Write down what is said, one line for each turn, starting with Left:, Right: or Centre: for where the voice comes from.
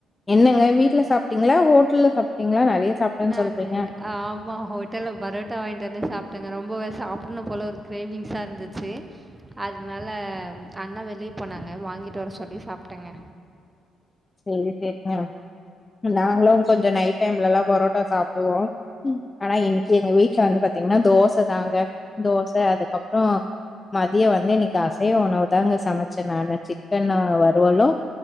Left: என்னங்க வீட்ல சாப்ட்டீங்களா ஹோட்டல்ல சாப்ட்டீங்களா நெறைய சாப்ட்டேன்னு
Right: நானு
Left: சொல்றீங்க
Right: ஆமா ஹோட்டல்ல பரோட்டா வாங்கிட்டு வந்து சாப்ட்டேங்க ரொம் போ சாப்டனும் போல ஒரு கிரேவிங்ஸா இருந்துச்சு அதனால அண்ணா வெளியே போனாங்க வாங்கிட்டு வர சொல்லி சாப்ட்டேங்க
Left: சேரி சேரிங்க நாங்களு கொஞ்சோ நைட் டைம்லல்லா பரோட்டா சாப்டுவோ ஆனா இன்னிக்கு எங்க வீட்ல வந்து பாத் த்தீங்கன்னா தோச தாங்க தோச அதுக்கப்றோ மதியோ வந்து இன்னிக்கு அசைவ உணவுதாங்க சமச்சே நானு சிக்கனு வறுவலு